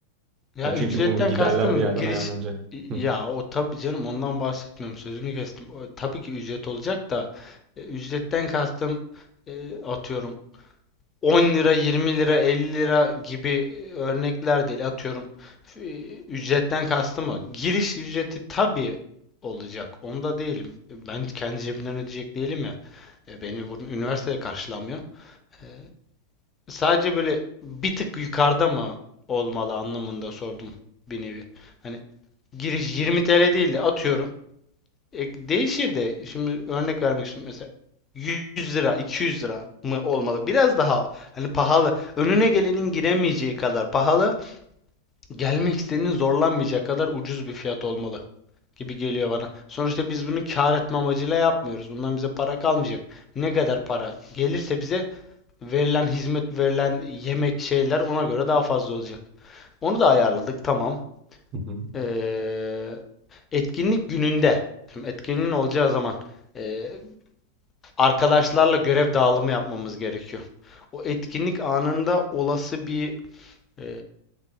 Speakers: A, on the left (about 20°); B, on the right (about 30°).
A: Ya
B: Ya çünkü
A: ücretten
B: bu giderler
A: kastım
B: bir yerden
A: giriş
B: ayarlanacak.
A: ya
B: Hı.
A: o tabii canım ondan bahsetmiyorum. Sözünü kestim. O, tabii ki ücret olacak da e, ücretten kastım e, atıyorum 10 lira, 20 lira, 50 lira gibi e, örnekler değil. Atıyorum e, ücretten kastım o. Giriş ücreti tabii olacak. Onda değilim. Ben kendi cebimden ödeyecek değilim ya. E, Benim bunun üniversitede karşılamıyor. E, Sadece böyle bir tık yukarıda mı olmalı anlamında sordum bir nevi. Hani giriş 20 TL değil de atıyorum e, değişir de şimdi örnek vermek istiyorum mesela 100 lira 200 lira mı olmalı? Biraz daha hani pahalı önüne gelenin giremeyeceği kadar pahalı gelmek isteyenin zorlanmayacağı kadar ucuz bir fiyat olmalı gibi geliyor bana. Sonuçta biz bunu kar etme amacıyla yapmıyoruz. Bundan bize para kalmayacak. Ne kadar para gelirse bize verilen hizmet verilen yemek şeyler ona göre daha fazla olacak. Onu da ayarladık tamam.
B: Hı hı.
A: Ee, etkinlik gününde. Şimdi etkinliğin olacağı zaman. Ee, arkadaşlarla görev dağılımı yapmamız gerekiyor. O etkinlik anında olası bir e,